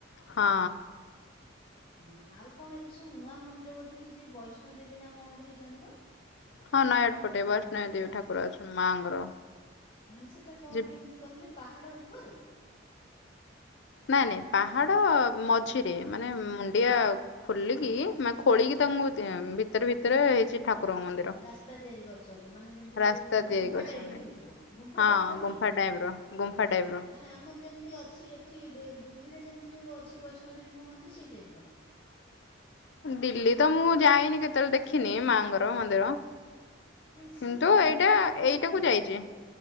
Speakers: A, on the left (about 60°); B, on the left (about 25°).
A: ହଁ।
B: ହଁ ଆଉ କଣ ଏବେ ସବୁ ନୂଆ ମନ୍ଦିର ଗୋଟେ ହେଇଛି ବୈଷ୍ଣ ଦେବୀ ନା କଣ ଗୋଟେ ହେଇଛନ୍ତି ବା?
A: ହଁ ନୟାଗଡ଼ ପଟେ ବୈଷ୍ଣବ ଦେବୀ ଠାକୁର ଅଛନ୍ତି, ମାଆଙ୍କର।
B: ମାନେ ସେଟା କଣ
A: ଯି
B: କେମିତି କହିଲେ ପାହାଡ଼ ଉପରେ?
A: ନାଇଁ, ନାଇଁ ପାହାଡ ମଝିରେ ମାନେ ମୁଣ୍ଡିଆ ଖୋଲିକି ମାନେ ଖୋଳିକି ତାଙ୍କୁ
B: ହଁ।
A: ଭିତରେ ଭିତରେ ହେଇଛି ଠାକୁ କୁରଙ୍କ ମନ୍ଦିର
B: ରାସ୍ତା ତିଆରି କରିଛନ୍ତି ମାନେ ଯେମିତି
A: ରାସ୍ତା
B: ଯୋଉ ଗୁମ୍ଫା
A: ତିଆରି କରଛନ୍ତି,
B: ଟାଇପ ର ହେଇଥିବ ଗୁମ୍ଫା
A: ହଁ
B: ଟାଇପ ର
A: ଗୁମ୍ଫା
B: କି?
A: ଟାଇପର। ଗୁମ୍ଫା ଟାଇପର।
B: ମାନେ ଆମର ଯେମିତି ଅଛି ଏଠି ଦେ ଦିଲ୍ଲୀରେ ଯେମିତି ଯଉ ଅଛି ବୈଷ୍ଣବଦେବୀଙ୍କ ମନ୍ଦିର ସେଇ ଟାଇପ୍ର।
A: ଦିଲ୍ଲୀ ତ ମୁଁ ଯାଇନି କେତେବେଳେ ଦେଖିନି ମାଆଙ୍କର ମନ୍ଦିର।
B: ନାଇ ସିଏ
A: କିନ୍ତୁ
B: ବି ଗୁମ୍ଫା
A: ଏଇଟା
B: ଭିତରେ
A: ଏଇଟାକୁ
B: ନୁହଁ କି?
A: ଯାଇଛି